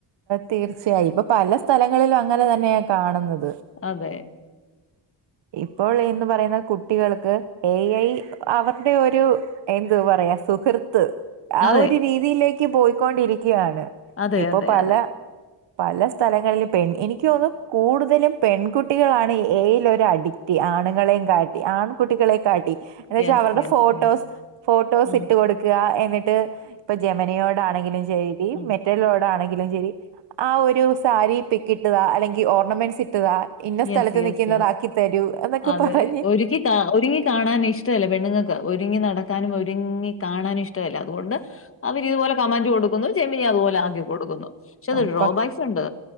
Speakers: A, on the right; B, on the left.
A: തീർച്ചയായും ഇപ്പൊ പല സ്ഥലങ്ങളിലും അങ്ങനെ തന്നെയ കാണുന്നത്
B: അതെ.
A: ഇപ്പോൾ എന്ന് പറയുന്ന കുട്ടികൾക്ക് എ ഐ അവരുടെ ഒരു എന്ത് പറയ സുഹൃത്ത് ആ
B: അതെ
A: ഒരു രീതിയിലേക്ക് പോയിക്കൊണ്ടിരി ക്കാണ്
B: അതെ
A: ഇപ്പൊ
B: അതെ
A: പല
B: അതെ
A: പല സ്ഥലങ്ങളിലും പെൺ എനിക്ക് തോന്നുന്നു കൂടുതലും പെൺകുട്ടികളാണ് എഐയിലൊരടി ക്റ്റ്‌ ആണുങ്ങളെയും കാ ട്ടി ആൺകുട്ടികളെക്കാട്ടി എന്ന് വെച്ചാ
B: യെസ്
A: അവരുടെ
B: യെസ്
A: ഫോട്ടോസ്,
B: യെസ്
A: ഫോട്ടോസ്
B: ആഹ്
A: ഇട്ട് കൊടുക്കുക എന്നിട്ട് ഇപ്പ ജമനിയോടാണെങ്കിലും ശരി
B: ആഹ്
A: മെറ്റെലോടാണെങ്ക ളും ശരി ആ ഒരു സാരി പിക് ഇട്ടുതാ അല്ലെങ്കിൽ ഓർണമെൻസി താ ഇന്ന സ്ഥലത്ത്
B: യെസ് യെസ്
A: നിൽക്കുന്നതാക്കി
B: യെസ്
A: തരൂ എന്നൊക്കെ
B: അതെ
A: പറഞ്ഞ്
B: ഒരുക്കി കാ ഒരുങ്ങി കാണാനിഷ്ടമില്ല പെണ്ണുങ്ങൾക്കാവും ഒരുങ്ങി നടക്കാനും ഒരുങ്ങി കാണാനും ഇഷ്ടവില്ല അതുകൊണ്ട് അവരിതുപോലെ കമാൻഡ് കൊടുക്കുന്നു ജെമിനി അതുപോലെ ആക്കി കൊടുക്കുന്നു പക്ഷെ
A: ആ,
B: അതിന് ഡ്രോബാക്സ്
A: പ-
B: ഉണ്ട്.